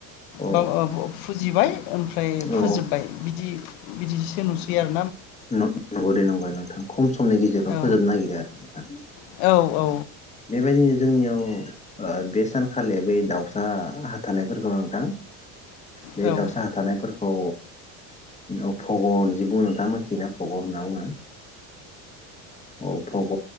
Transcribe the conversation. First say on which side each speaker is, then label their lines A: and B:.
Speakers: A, on the left; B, on the left.
A: औ
B: बा-अ-अ-फुद जिबाय ओमफ्राय
A: औ
B: फोजोब्बाय बिदि बिदिसो नुस सै आरो
A: नं-नंगौ दे नंगौ दे नोंथां खम समनि गेजेरजों
B: औ
A: फोजोबनो नागिरो आरो नोंथां
B: औ औ
A: बेबायदिनो जोंनियाव ओ बे सानखालि बे दाउसा हाथार नायफोरखौ नोंथां बे
B: औ
A: दाउसा हाथारनायफोरखौ अफबर जिब' नोंथां मोनथि थियोना फग' होनना बुङो। औ फग'